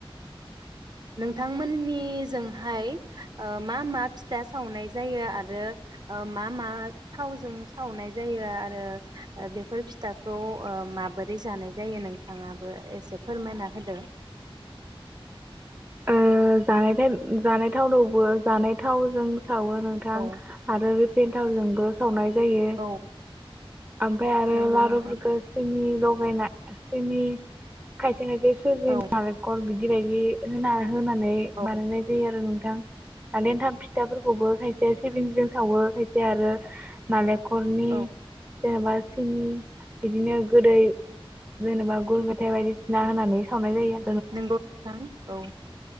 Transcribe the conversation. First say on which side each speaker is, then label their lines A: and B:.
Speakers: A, on the right; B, on the right.
A: नोंथांमोननिजोंहाय ओ मा मा फिथा सावनाय जायो आरो ओ मा मा थावजों सावनाय जायो आरो बेफोर फिथाखौ ओ माबोरै जानाय जायो नोंथाङाबो एसे फोरमायना होदो।
B: ओ जानाय थाइम जानाय थावनावबो जानाय थावजों सावो नोंथां
A: औ
B: आरो रेफिन। थावजोंबो सावनाय जायो
A: औ
B: मफ्राय आरो
A: नंगौ
B: लारुफोरखौ
A: नोंथां
B: सिनि लगायना सिनि खायसे खायसे सुजि
A: औ
B: नारिकल बिद बिबायदि होना होना। <unintelligible> बानायनाय
A: औ
B: जायो आरो नोंथां। <unintelligible> माने एथाम फिथाफोरखौबो खाय खायसे सिबिंजों सावो खायसेया आरो नालें खरनि
A: औ
B: जेनेबा सिनि बिदिनो गोदै जेनेबा गुर मेथाइ बायदिसिना होनानै सावनाय जायो।
A: नोंगौ नोंथां औ।